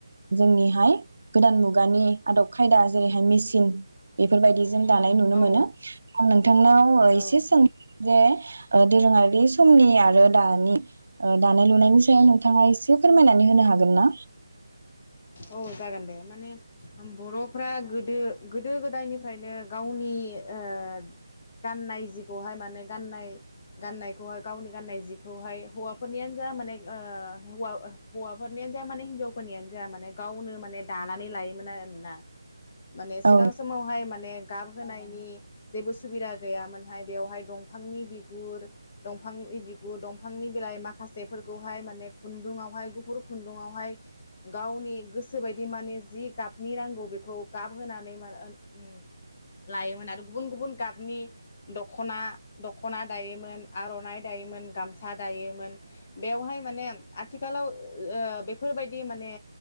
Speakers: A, on the right; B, on the left.
A: जोंनिहाय गोदान मुगानि आदब खायदा जेरैहाय मेसिन बेफोरबायदि ज जों दानाय नुनो
B: औ
A: मोनो आं नोंथांनाव
B: औ
A: एसे सोंनि जे ओ दोरोङारि समनि आरो दानि दानाय लुनायनि सायाव नोंथाङा एसे फोरमायनानै होनो हागोन ना
B: औ जागोन दे माने बर'फ्रा गोदो गोदो गोदायनिफ्रायनो गावनि ओ गाननाय जिखौहाय माने गाननाय गाननायखौहाय गावनि गाननाय जिखौहाय हौवाफोरनियानो जा माने ओ हौवा हौवाफोरनियानो जा माने हिनजावफोरनियानो जा माने गावनो माने दानानै लायोमोन आरोना माने
A: औ
B: सिगां समावहाय माने गाबहोनायनि जेबो सुबिदा गैयामोनहाय बेवहाय दंफांनि बिगुर दंफांनि बिगुर दंफांनि बिलाय माखासेफोरखौहाय माने खुन्दुंङावहाय गुफुर खुन्दुङावहाय गावनि गोसो बायदि माने जि गाबनि नांगौ बेखौ गाब होनानै <unintelligible> लायोमोन आरो गुबुन गुबुन गाबनि दख'ना दख'ना दायोमोन आर'नाइ दायोमोन गामसा दायोमोन बेवहाय माने आथिखालाव ओ बेफोरबायदि दि माने